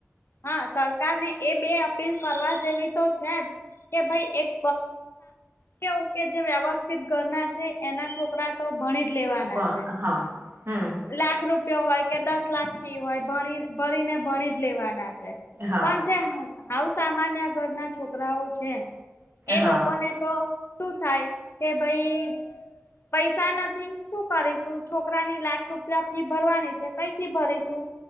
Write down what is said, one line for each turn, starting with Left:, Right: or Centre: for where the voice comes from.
Left: હા સરકાર ને એ બે અપીલ કરવા જેવી તો છે જ. કે ભાઈ એક કેવું કે જે વ્યવસ્થિત ઘરના છે એના છોકરા. તો ભણીજ લેવાના
Right: હા
Left: છે.
Right: હા હમ
Left: લાખ રૂપિયો હોય કે દસ લાખ ફી હોય ભણી ભરીને ભણીજ લેવાના છે.
Right: હા
Left: પણ જે હ સામાન્ય ઘરના છોકરાઓ છે એ
Right: હા
Left: લોકોને. તો શું થાય કે ભાઈ. પૈસા નથી શું કરીશું છોકરાની લાખ રૂપિયા ફી ભરવાની છે કઈથી ભરીશું.